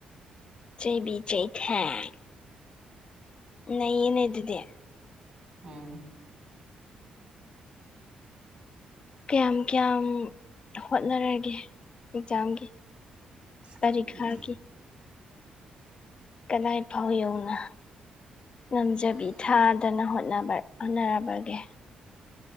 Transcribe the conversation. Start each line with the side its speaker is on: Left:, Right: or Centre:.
Left: ꯆꯩꯕꯤ ꯆꯩꯩꯊꯦꯡ ꯅꯩꯅꯦ ꯑꯗꯨꯗꯤ
Right: ꯑꯝ
Left: ꯀꯌꯥꯝ ꯀꯌꯥꯝ ꯍꯣꯠꯅꯔꯒꯦ ꯑꯦꯛꯖꯥꯝꯒꯤ
Right: ꯑꯁ
Left: ꯄꯔꯤꯈꯥꯒꯤ
Right: ꯈꯪꯗꯦꯗ
Left: ꯀꯗꯥꯏ ꯐꯥꯎ ꯌꯧꯅ ꯉꯝꯖꯕꯤ
Right: ꯎꯝ
Left: ꯊꯥꯗꯅꯥ ꯍꯣꯠꯅꯔꯕꯒꯦ